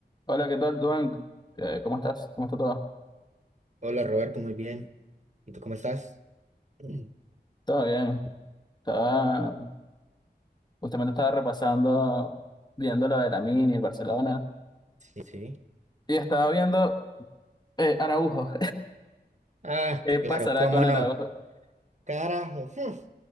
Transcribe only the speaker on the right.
Hola Roberto, muy bien. ¿Y tú cómo estás? Mm,
Sí, sí.
Ah,
claro, cómo
no. Carajo. <laughs> hmm.